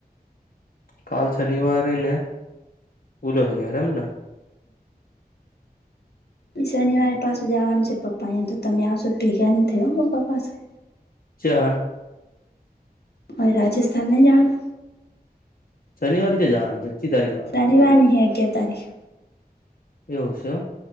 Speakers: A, on the left; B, on the left.
A: કાલ શનિવારે ને ઓલો શનિવાર એમને
B: શનિવારે પાસું જવાનું છે પપ્પા અહીંયા તો ત આવશો તો ભેગા નહીં પપ્પા પાશા
A: ચ્યા
B: મારે રાજસ્થાનને નહીં જવાનું
A: શનિવારે ચ્યા જવાનું છે ચી તારીખ આવે
B: શનિવાર નહીં અગિયાર તારીખ
A: એવું છે એમ.